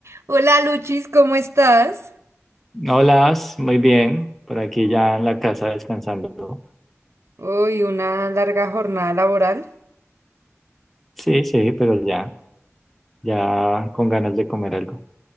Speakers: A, on the right; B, in the centre.
A: Hola Luchis, ¿cómo estás?
B: Hola, muy bien. Por aquí ya en la casa descansando.
A: Uy, una larga jornada laboral.
B: Sí, sí, pero ya, ya con ganas de comer algo.